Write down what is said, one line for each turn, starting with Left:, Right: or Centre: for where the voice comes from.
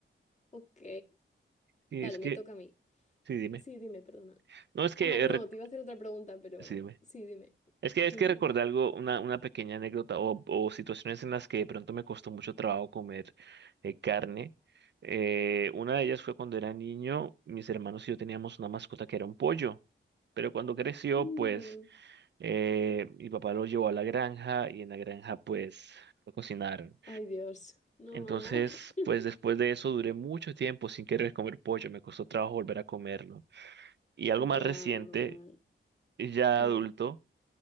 Left: Ok,
Right: sí
Left: vale,
Right: es
Left: me
Right: que,
Left: toca a mí.
Right: sí, dime.
Left: Sí, dime, perdona.
Right: No, es que,
Left: Ah, no,
Right: eh, re-
Left: te iba a hacer otra pregunta, pero
Right: sí, dime.
Left: sí, dime.
Right: Es que es
Left: Ujú.
Right: que recordé algo, una, una pequeña anécdota o, o situaciones en las que de pronto me costó mucho trabajo comer eh, carne. Eh, una de ellas fue cuando era niño, mis hermanos y yo teníamos una mascota que era un pollo, pero cuando creció,
Left: Mm,
Right: pues eh, mi papá lo llevó a la granja y en la granja pues lo cocinaron.
Left: Ay, Dios, no.
Right: Entonces,
Left: <laughs>
Right: pues después de eso duré mucho tiempo sin querer comer pollo, me costó trabajo volver a comerlo. Y algo más
Left: Ya,
Right: reciente,
Left: normal.
Right: ya
Left: Mm.
Right: adulto.